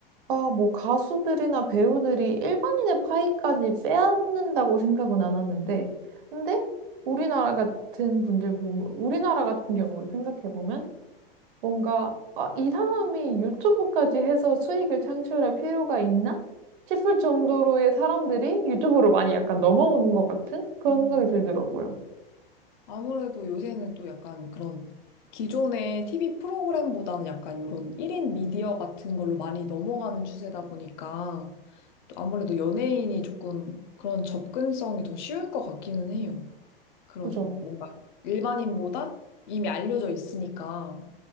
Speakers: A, on the right; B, on the left.
A: 아, 뭐 가수들이나 배우들이 일반인의 파일까지 빼앗는다고 생각은 안 하는데 근데 우리나라 같은 분들 보면 우리나라 같은 경우를 생각해 보면 뭔가 아, 이 사람이 유튜브까지 해서 수익을 창출할 필요가 있나? 싶을 정도로의 사람들이 유튜브로 많이 약간 넘어오는 것 같은 그런
B: 음.
A: 생각이 들더라고요.
B: 아무래도 요새는 또 약간 그런 기존의 TV 프로그램보다는 약간 이런 1인 미디어 같은 걸로 많이 넘어가는 추세다 보니까 또 아무래도 연예인이 조금 그런 접근성이 더 쉬울 것 같기는 해요. 그런
A: 그죠?
B: 뭔가 일반인보다 이미 알려져 있으니까